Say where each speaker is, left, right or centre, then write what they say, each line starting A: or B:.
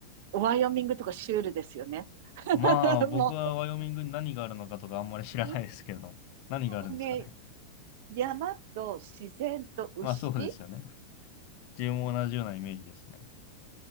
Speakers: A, on the right (about 50°); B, on the left (about 45°).
A: ワイオミングとかシュールですよね。<laughs>
B: まあ、僕はワイオミングに何があるのかとかあんまり知らないですけれども、
A: もう、<laughs> も
B: 何があるんですかね。
A: うね、山と自然と牛、
B: <laughs> まあ、そうですよね。自分も同じようなイメージですね。